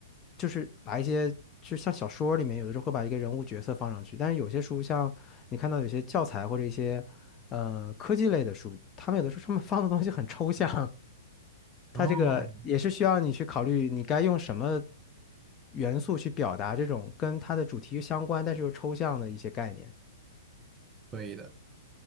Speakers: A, on the left (about 25°); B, on the right (about 20°).
A: 就是把一些就像小说里面有的时候会把一个人物角色放上去，但是有些书像你看到有些教材或者一些。呃科技类的书，他们有的时候他们放的东西很抽象，
B: 哦，
A: 它这个也是需要你去考虑你该用什么元素去表达这种跟它的主题相关但是又抽象的一些概念。
B: 可以的，